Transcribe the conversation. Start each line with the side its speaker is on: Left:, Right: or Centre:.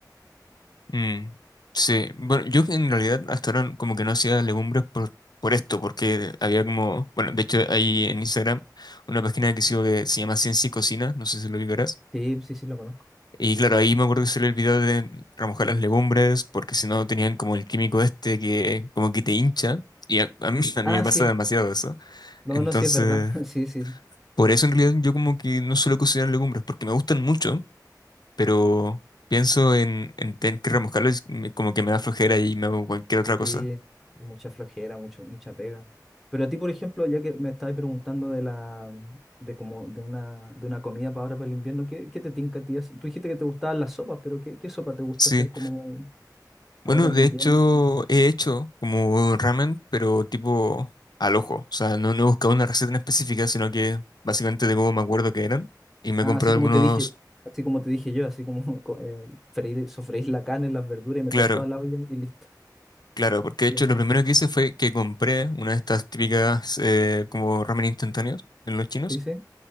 Left: Mm, sí, bueno, yo en realidad hasta ahora como que no hacía legumbres por, por esto, porque había como, bueno, de hecho ahí en Instagram una página que sigo que se llama Ciencia y Cocina, no sé si lo ubicarás,
Centre: Sí, sí, sí, lo conozco.
Left: y claro, ahí me acuerdo que salió el video de remojar las legumbres, porque si no tenían como el químico este que como que te hincha, y a, a mí, <laughs> a mí
Centre: Ah,
Left: me pasa
Centre: sí.
Left: demasiado eso,
Centre: No,
Left: entonces
Centre: no, sí es verdad. <laughs> Sí, sí.
Left: por eso en realidad yo como que no suelo cocinar legumbres, porque me gustan mucho, pero pienso en, en tener que remojarlo y me- como que me da flojera y me hago cualquier otra cosa.
Centre: Sí, mucha flojera, mucho, mucha pega. Pero a ti, por ejemplo, ya que me estabas preguntando de la, de como, de una, de una comida para ahora para el invierno, ¿qué, qué te tinca a ti? hacer? Tú dijiste que te gustaban las sopas, pero ¿qué, qué sopa te gusta
Left: Sí,
Centre: hacer como
Left: bueno,
Centre: ahora en
Left: de
Centre: invierno?
Left: hecho he hecho como ramen, pero tipo al ojo. O sea, no, no he buscado una receta en específica, sino que básicamente de cómo me acuerdo que eran. Y me
Centre: Ah,
Left: he comprado
Centre: así como
Left: algunos,
Centre: te dije, así como te dije yo, así como <laughs> co- eh, freír, sofreír la carne, las verduras y meter
Left: claro,
Centre: toda la olla y listo.
Left: claro, porque
Centre: Sí,
Left: de hecho lo primero que hice fue que compré una de estas típicas eh, como ramen instantáneos en los chinos.
Centre: sí, sí.